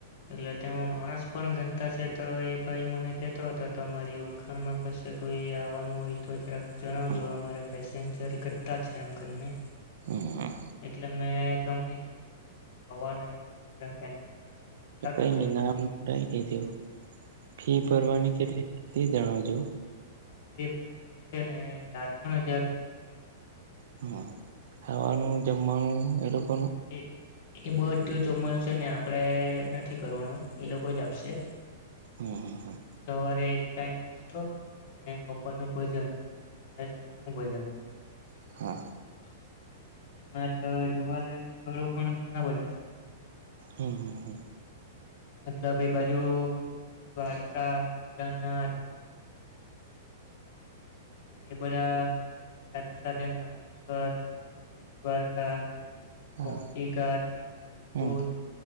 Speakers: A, on the left; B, on the right.
A: એટલે તેમાં માણસ પણ ગનતા છે તો એ ભાઈ મને કેહેતો હતો તમારી ઓળખાણમાં કશે કોઈ આવવાનું હોય તો જરક જણાવજો.
B: હા
A: અમારા પેસે પેન્જર ઘટતા છે એમ કરીને.
B: હમ
A: એટલે મે તમને કીધુ <unintelligible> તો તમારા ફેમિલી સાથે સારું
B: તો કઈ
A: પડે,
B: નઈ નામ લઈ દેજો ફી ભરવાની
A: હમ્મ.
B: કેટલી તે જણાવજો.
A: આપડી ફી છે ને ચાર <unintelligible> હજાર રૂપિયા છે.
B: હમ્મ ખાવાનું, જમવાનું એ લોક
A: એ-એ બધ ધું જમવાનું છે ને આપણે નથી કરવાનું, એ લોકો જ આપશે.
B: હમ્મ હા.
A: સવારે એક ટાઈમ નાસ્તો અને બપોર નું ભોજન અને સાંજ નું ભોજન. <unintelligible>
B: હા
A: તેમાં તો જોવાલાયક સ્થળો પણ ઘણા બધા છે.
B: હમ્મ-હમ્મ-હમ્મ.
A: મતલબ એ બાજુ દ્વારકા, કેદારનાથ ને એ બધા સાથે-સાથે નાગેશ્વર, બેટ દ્વારકા
B: હા
A: કોમતીઘાટ, વીરપુર
B: હમ